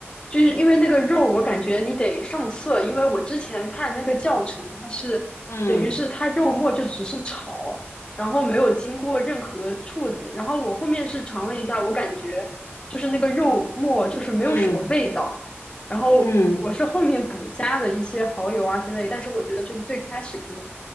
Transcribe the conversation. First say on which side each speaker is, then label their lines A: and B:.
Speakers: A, on the left (about 20°); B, on the left (about 80°).
A: 就是因为那个肉，我感觉你得上色，因为我之前看那个教程，它是等于是它肉末就只是炒，
B: 嗯
A: 然后没有经过任何处理。然后我后面是尝了一下，我感觉就是那个肉末就是没有什么味道。
B: 嗯
A: 然后我是后面补加的一些蚝油啊之类，
B: 嗯
A: 但是我觉得就是最开始可能